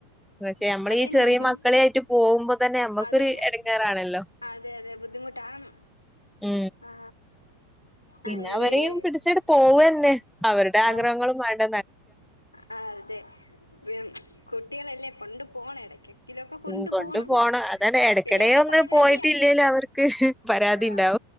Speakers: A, in the centre; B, on the left (about 85°).
A: പക്ഷെ നമ്മള
B: അതന്നെ
A: ഈ ചെറിയ
B: നമുക്ക്
A: മക്കളൊയിട്ട് പോകും.. തന്നെ നമ്മക്കൊരു
B: അതന്നെ
A: ഇടങേറാണല്ലോ..
B: അതെ അതെ ബുദ്ധിമുട്ടാണ്
A: ഏ
B: ആ
A: പിന്നെ
B: അങ്ങനെയല്ലേ
A: അവരെയും പിടിച്ചിട്ട് പോവ തന്നെ അവരുടെ
B: ആ
A: ആഗ്രഹങ്ങളും വേണ്ട...
B: ആ അതെ പിം കുട്ടികളല്ലേ കൊണ്ടു പോണ ഇടക്ക്... എലൊക്കെ കൊണ്ടു
A: ഉം
B: പോണം
A: അതാണ് ഇടക്കിടെ
B: ഇല്ലെങ്കിൽ
A: ഒന്ന്
B: പരാതിയാ
A: പോയിട്ടില്ലേലും അവർക്ക് പരാതി
B: ആഹ...
A: ഉണ്ടാവും